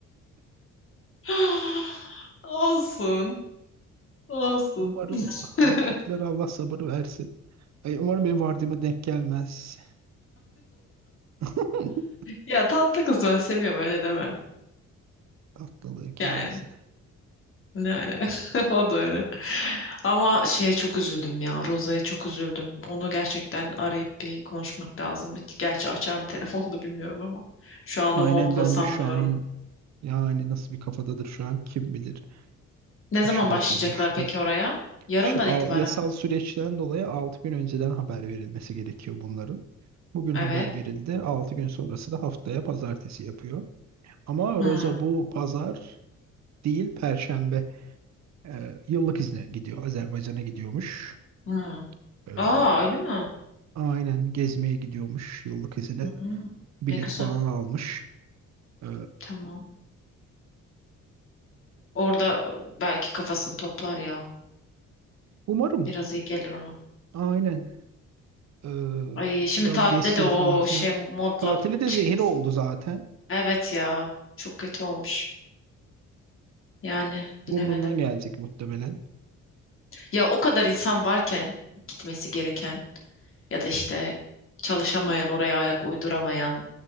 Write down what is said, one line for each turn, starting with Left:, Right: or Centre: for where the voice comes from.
Left: <gasps> Olsun. Olsun.
Right: Umarım
Left: <laughs>
Right: oradakiler Allah sabır versin. Ay, umarım benim vardığıma denk gelmez. <laughs>
Left: Ya tatlı kız ben seviyorum öyle deme.
Right: Tatlılığı kendisi.
Left: Yani ne öyle. <laughs> O da öyle. Ama şeye çok üzüldüm ya. Roza'ya çok üzüldüm. Onu gerçekten arayıp bir konuşmak lazım. Gerçi açar mı telefonu da bilmiyorum ama. Şu an
Right: Aynen
Left: o modda
Right: ben
Left: sanmıyorum.
Right: de şu an yani nasıl bir kafadadır şu an kim bilir.
Left: Ne zaman
Right: Aşırı
Left: başlayacaklar
Right: üzülmüştür.
Left: peki oraya? Yarından
Right: İşte al-
Left: itibaren
Right: yasal
Left: mi?
Right: süreçten dolayı 6 gün önceden haber verilmesi gerekiyor bunların. Bugün
Left: Evet.
Right: haber verildi. altı gün sonrası da haftaya pazartesi yapıyor. Ama
Left: Hmm.
Right: Roza bu pazar değil Perşembe e, yıllık izne gidiyor. Azerbaycan'a gidiyormuş.
Left: Hmm.
Right: E,
Left: Aa öyle mi?
Right: aynen gezmeye gidiyormuş yıllık izine.
Left: Hmm.
Right: Bilet
Left: Ne güzel.
Right: falan almış. E,
Left: Tamam. Orada e, belki kafasını toplar ya.
Right: umarım.
Left: Biraz iyi gelir ona.
Right: Aynen. Ee,
Left: Ay şimdi
Right: biraz
Left: tatilde
Right: geçsin
Left: de o
Right: falan filan.
Left: şey modla
Right: Tatili de
Left: çıkması.
Right: zehir oldu zaten.
Left: Evet ya. Çok kötü olmuş. Yani
Right: Burnundan
Left: bilemedim.
Right: gelecek muhtemelen.
Left: Ya o kadar insan varken gitmesi gereken ya da işte çalışamayan, oraya ayak uyduramayan,